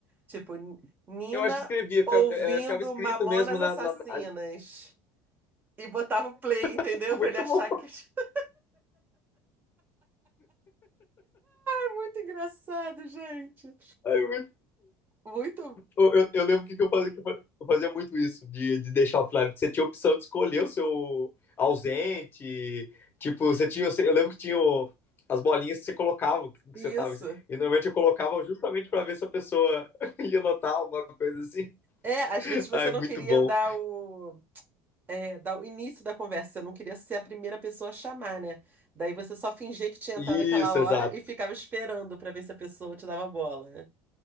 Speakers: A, on the right; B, on the left.
A: Tipo, N- Nina
B: Eu acho que escrevia, ficava,
A: ouvindo
B: é, ficava escrito
A: Mamonas
B: mesmo na,
A: Assassinas.
B: na- na-
A: E botava o play, entendeu?
B: <laughs> Muito
A: Pra ele achar
B: bom.
A: que. <laughs> É muito engraçado, gente.
B: Aí eu,
A: Muito.
B: eu, eu- eu lembro que que eu falei que eu fazia muito isso, de, de deixar offline, porque você tinha a opção de escolher o seu ausente, tipo, você tinha, eu lembro que tinha o- as bolinhas que você colocava, que
A: Isso.
B: você tava, e normalmente eu colocava justamente para ver se a pessoa <laughs> ia notar alguma coisa assim.
A: É, às vezes você
B: Ai,
A: não
B: muito
A: queria
B: bom.
A: dar o, é, dar o início da conversa, você não queria ser a primeira pessoa a chamar, né? Daí você só fingia que tinha
B: Isso,
A: entrado aquela hora
B: exato.
A: e ficava esperando pra ver se a pessoa te dava bola, né?